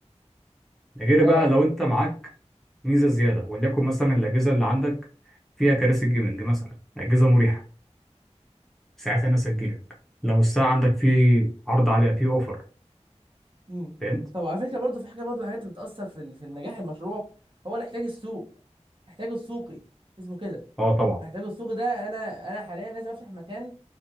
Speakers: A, in the centre; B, on the right (about 45°).
A: ده غير
B: اه
A: بقى لو انت معاك ميزه زياده وليكن مثلا الاجهزه اللي عندك فيها كراسي جيمنج مثلا اجهزه مريحه ساعتها الناس هتجيلك لو الساعه عندك في عرض عليها في اوفر
B: امم
A: فهمت
B: طب على فكرة برضو في حاجة برضو من الحاجات اللي بتأثر في ال- في نجاح المشروع هو الاحتياج السوق احتياج السوقي اسمه كده
A: اه طبعا
B: احتياج السوقي ده انا انا حاليا لازم افتح مكان